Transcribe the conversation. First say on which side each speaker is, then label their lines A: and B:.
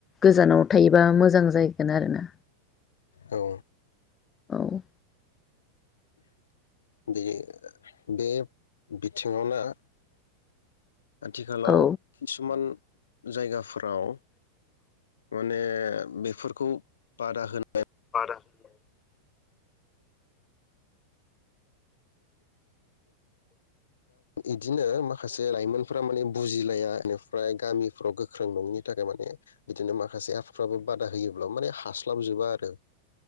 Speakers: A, on the left; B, on the left.
A: गोजानाव थायोबा मोजां जाहैगोन आरोना
B: औ
A: औ
B: बे-बे बिथिङावनो आथिखालाव
A: औ
B: किसुमान जायगाफोराव माने बेफोरखौ बादा होनाय
A: <unintelligible>
B: बिदिनो माखासे लाइमोनफोरा माने बुजिलाया बेनिफ्राय गामिफ्राव गोख्रों नङिनि थाखाय माने बिदिनो माखासे एबफ्राबो बादा होयोब्ला माने हास्लाबजोबा आरो